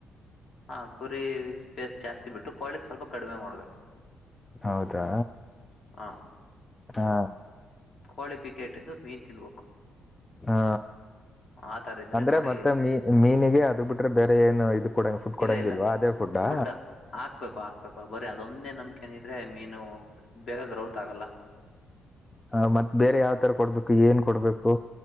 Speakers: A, on the left; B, on the left.
A: ಹಾ ಕುರಿ ಸ್ಪೇಸ್ ಜಾಸ್ತಿ ಬಿಟ್ಟು ಕೋಳಿಕ್ ಸ್ವಲ್ಪ ಕಡಿಮೆ ಮಾಡ್ಬೇಕು.
B: ಹೌದಾ
A: ಹ
B: ಹಾ
A: ಕೋಳಿ ಫಿಕೆ ಇಟ್ಟಿದ್ದು ಮೀನ್ ತಿನ್ಬೇಕು.
B: ಹಾ
A: ಆತರ ಇದ್ರೆ
B: ಅಂದ್ರೆ
A: ನೋಡಿ
B: ಮತ್ತೆ ಮೀ ಮೀನಿಗೆ ಅದು ಬಿಟ್ರೆ ಬೇರೆ ಏನು ಇದು ಕೊಡಂಗ ಫುಡ್ ಕೊಡಂಗಿಲ್ವಾ
A: ಇಲ್ಲ ಇಲ್ಲ
B: ಅದೇ ಫುಡ್ಡಾ
A: ಪುಡ್ ಹ ಹಾಕ್ಬೇಕು ಹಾಕ್ಬೇಕು ಬರೀ ಅದೊಂದೇ ನಂಬಿಕೆನ್ ಇದ್ರೆ ಮೀನು ಬೇಗ ಗ್ರೌತ್ ಆಗಲ್ಲ.
B: ಹ ಮತ್ತ್ ಬೇರೆ ಯಾವ್ ತರ ಕೊಡ್ಬೇಕು ಏನ್ ಕೊಡ್ಬೇಕು.